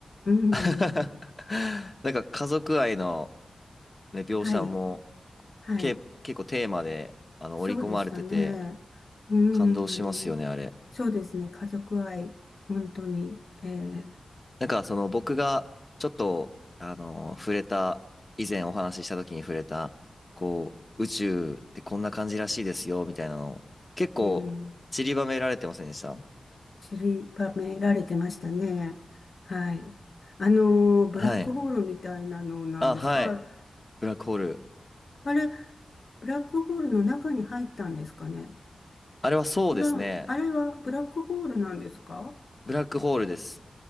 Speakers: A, on the left; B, on the left.
A: うん、
B: <laughs> なんか家族愛の、ね、描写も
A: はい、はい。
B: け結構テーマであの織り込まれてて
A: そうでしたね。うーん。
B: 感動しますよね、あれ。
A: そうですね。家族愛、本当に、ええ
B: なんかその僕がちょっとあの触れた、以前お話しした時に触れた、こう宇宙ってこんな感じらしいですよみたいなの結構散りばめられてませんでした
A: うん、散りばめられてましたね。はい。あのー、ブラックホールみたいなのなんですか
B: はい。あ、はい。ブラックホール。
A: あれ、ブラックホールの中に入ったんですかね
B: あれはそうですね。
A: 違う。あれはブラックホールなんですか
B: ブラックホールです。